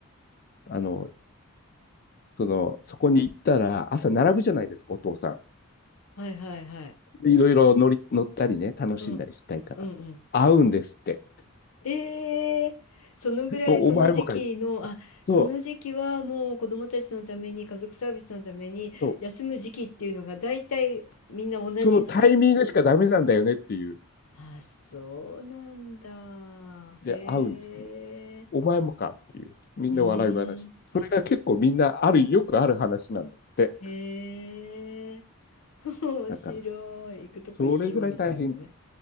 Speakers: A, on the left; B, on the left.
A: あの、その、そこに行ったら、朝並ぶじゃないですか、お父さ
B: はいはいはい。
A: ん。いろいろ乗り、乗ったりね、楽しんだりしたいから。
B: うん。うんうん。
A: 会うんですって。
B: ええそのぐらい、
A: お、
B: その時期の、
A: お前もかい。
B: あ、
A: そう、
B: その時期はもう子供たちのために、家族サービスのために、
A: そう。
B: 休む時期っていうのが大体みんな同じなんだね。
A: そのタイミングしかダメなんだよねっていう。
B: あ、そうなんだ。
A: で、
B: へえ。
A: 会うんです。お前もかっていう。みんな笑い話。
B: うーん。
A: それが結構みんなある、
B: あ、
A: よくある話なんですって。
B: へえ。<laughs> 面白い。
A: だから、
B: 行くとこ一緒みたいなね。
A: それぐらい大変。